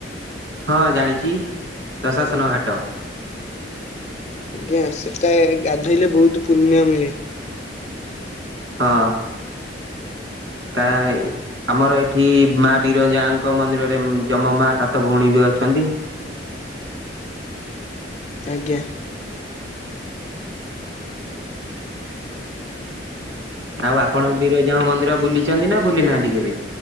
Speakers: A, on the right (about 80°); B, on the left (about 40°).
A: ହଁ ଜାଣିଚି ଦଶାସନ ଘାଟ।
B: ଆଜ୍ଞା ସେଟା ଗାଧୋଇଲେ ବହୁତ୍ ପୁନ୍ୟ ମିଳେ।
A: ହଁ। ତାଇ ଆମର ଏଠି ମା ବିରଜାଙ୍କ ମନ୍ଦିରରେ ଯମ ମା ସାତ ଭଉଣୀ ବି ଅଛନ୍ତି।
B: ଆଜ୍ଞା।
A: ଆଉ ଆପଣ ବିରଜାଙ୍କ ମନ୍ଦିର ବୁଲିଛନ୍ତି ନାଁ ବୁଲି ନାହାନ୍ତି କେବେ?